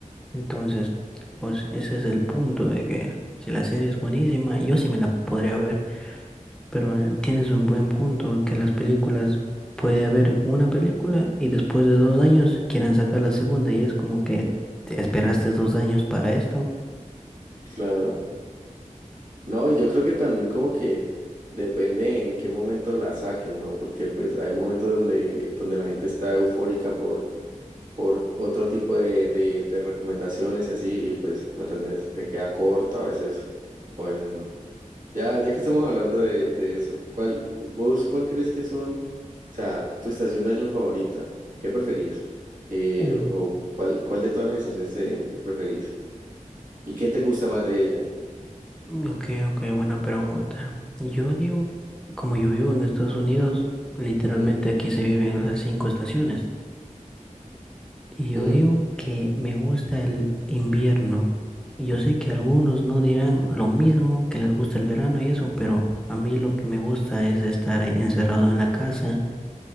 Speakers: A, in the centre; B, on the right.
A: Entonces, pues ese es el punto de que si la serie es buenísima, yo sí me la podría ver. Pero eh, tienes un buen punto que las películas puede haber una película y después de dos años quieran sacar la segunda y es como que te esperaste dos años para esto
B: claro. No, y yo creo que también como que depende en qué momento la saquen, ¿no? Porque pues hay un momento donde, donde la gente está eufórica por, por otro tipo de, de, de recomendaciones y así y pues, ¿me entendés? Se queda corta a veces o a veces no. Ya, ya que estamos hablando de, de eso, ¿cuál, cu- vos cuál crees que son, o sea, tu estación de año favorita? ¿Qué preferís? Eh,
A: Ok,
B: o cuál, cuál de todas las estaciones te preferís? ¿Y qué te gusta más de ella?
A: ok, ok, buena pregunta. Yo digo, como yo vivo en Estados Unidos, literalmente
B: Ujú,
A: aquí se viven las cinco estaciones. Y yo
B: ujú.
A: digo que me gusta el invierno. Yo sé que algunos no dirán lo mismo, que les gusta el verano y eso, pero a mí lo que me gusta es estar encerrado en la casa,